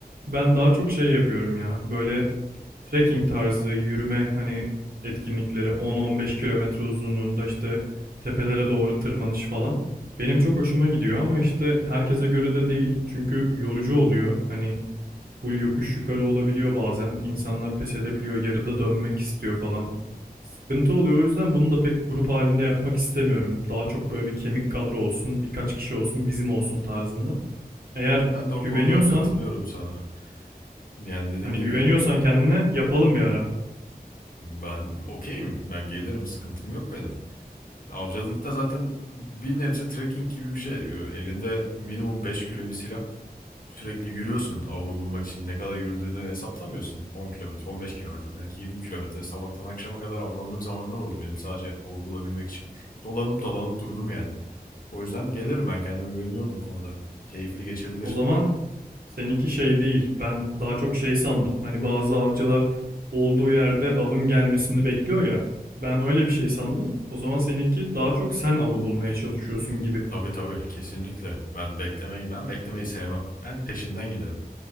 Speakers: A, on the right; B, on the left.
A: ben daha çok şey yapıyorum ya. Böyle trekking tarzı yürüme hani etkinlikleri 10-15 kilometre uzunluğunda işte tepelere doğru tırmanış falan. Benim çok hoşuma gidiyor ama işte herkese göre de değil. Çünkü yorucu oluyor. Hani full yokuş yukarı olabiliyor bazen. İnsanlar pes edebiliyor, yarıda dönmek istiyor falan. Sıkıntı oluyor o yüzden bunu da pek grup halinde yapmak istemiyorum. Daha çok böyle bir kemik kadro olsun, birkaç kişi olsun, bizim olsun tarzında. Eğer
B: Ben de o
A: güveniyorsan,
B: konuda katılıyorum sana. Yani dediğin
A: hani
B: gibi
A: güveniyorsan kendine yapalım bir ara.
B: ben okeyim. Ben gelirim. Sıkıntım yok benim. Avcılıkta zaten bir nebze trekking gibi bir şey. Elinde minimum 5 kilo bir silah. sürekli yürüyorsun avlu bulmak için ne kadar yürüdüğünü hesaplamıyorsun. 10 kilometre, 15 kilometre, belki 20 kilometre. Sabahtan akşama kadar avlandığım zamanlar oldu benim sadece avı bulabilmek için. Dolanıp dolanıp durdum yani. O yüzden gelirim ben kendime güveniyorum bu konuda. Keyifli geçebilir.
A: O zaman seninki şey değil. Ben daha çok şey sandım. Hani bazı avcılar olduğu yerde avın gelmesini bekliyor ya. Ben öyle bir şey sandım. O zaman seninki daha çok sen avı bulmaya çalışıyorsun gibi.
B: Tabii tabii kesinlikle. Ben beklemeyi ben beklemeyi sevmem. Ben peşinden giderim.